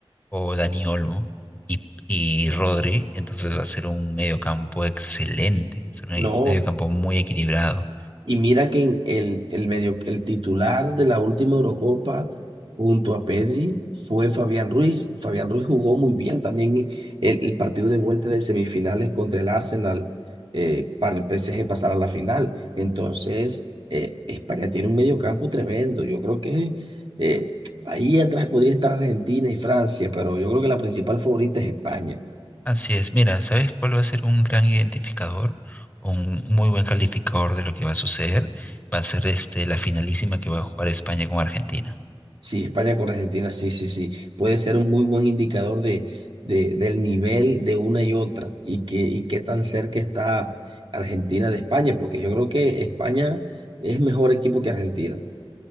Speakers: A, on the left; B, on the right.
A: o Dani Olmo y, y Rodri, entonces va a ser un mediocampo excelente, va a ser un
B: No.
A: mediocampo muy equilibrado.
B: Y mira que en el, el medio, el titular de la última Eurocopa junto a Pedri fue Fabián Ruiz. Fabián Ruiz jugó muy bien también y el, el partido de vuelta de semifinales contra el Arsenal eh, para el PSG pasar a la final. Entonces, eh, España tiene un mediocampo tremendo. Yo creo que eh, ahí atrás podría estar Argentina y Francia, pero yo creo que la principal favorita es España.
A: Así es, mira, ¿sabes cuál va a ser un gran identificador? Un muy buen calificador de lo que va a suceder, va a ser este, la finalísima que va a jugar España con Argentina.
B: Sí, España con Argentina, sí, sí, sí. Puede ser un muy buen indicador de, de, del nivel de una y otra y que, y qué tan cerca está Argentina de España, porque yo creo que España es mejor equipo que Argentina.